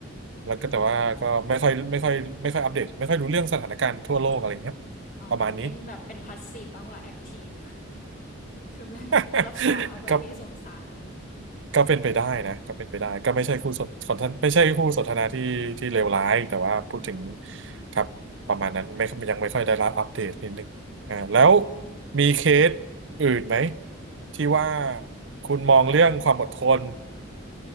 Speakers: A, on the right; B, on the left.
A: แล้วก็แต่ว่าก็ไม่ค่อยไม่ค่อยไม่ค่อยอัปเดตไม่ค่อยรู้เรื่องสถานการณ์ทั่วโลกอะไรเงี้ย
B: อืมอ๋อเน้นแบบเป็น
A: ประมาณนี้
B: passive มากกว่า <laughs> active คือเป็นผู้รับสารมากกว่าที่ส่งสาร
A: <laughs> ครับ ก็เป็นไปได้นะก็เป็นไปได้ก็ไม่ใช่คู่สนคอนทนไม่ใช่คู่สนทนาที่ที่เลวร้ายแต่ว่าพูดถึง
B: อืม
A: ครับประมาณนั้นไม่ยังไม่ค่อยได้รับอัปเดตนิดนึงอ่าแล้ว
B: อืม
A: มีเคสอื่นไหมที่ว่าคุณมองเรื่องความอดทน